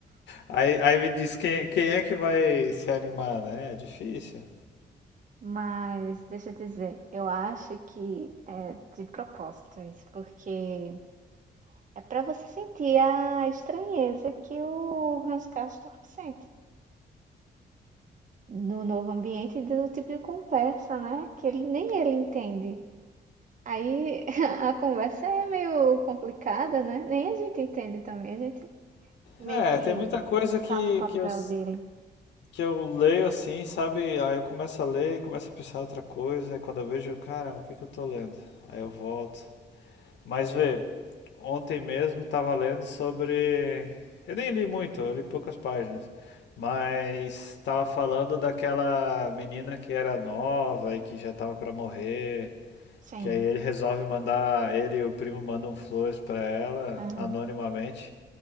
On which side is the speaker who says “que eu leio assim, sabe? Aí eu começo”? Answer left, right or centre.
Left